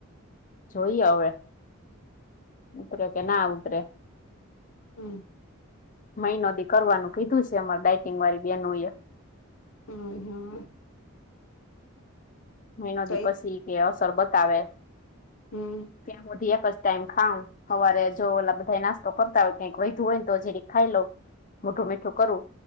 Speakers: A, on the left; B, on the left.
A: જોઈએ હવે ઉતરે કે ના ઉતરે.
B: હમ્મ
A: મઈનો દી કરવાનું કીધું સે અમાર ડઇટિંગ વાળી બેનો એ
B: અ હમ્મ
A: મઈનો
B: તો
A: દી
B: એ
A: પસી ઈ કે અસર બતાવે.
B: હમ્મ,
A: ત્યાં હુઢી એક જ ટાઈમ ખાઉ હવારે જો ઓલા બધાં એ નાસ્તો કરતા હોય કઈક વધું હોય ને તો જિરીક ખાઈ લઉ મોડું મીઠું કરું